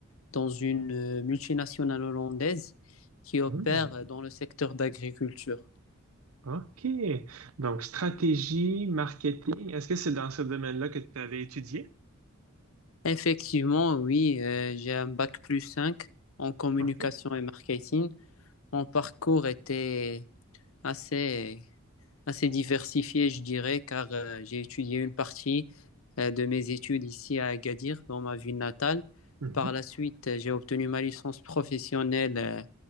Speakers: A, on the left; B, on the right.
A: dans une euh, multinationale hollandaise qui opère
B: Hmm,
A: euh, dans le secteur d'agriculture.
B: OK. Donc, stratégie, marketing, est-ce que c'est dans ce domaine-là que tu avais étudié?
A: Effectivement, oui, euh, j'ai un bac plus 5 en communication
B: OK. Ah,
A: et marketing. Mon parcours était assez assez diversifié, je dirais, car euh, j'ai étudié une partie euh, de mes études ici à Agadir, dans ma ville natale.
B: Hmm. Mhm,
A: Par la suite, euh, j'ai obtenu ma licence professionnelle euh,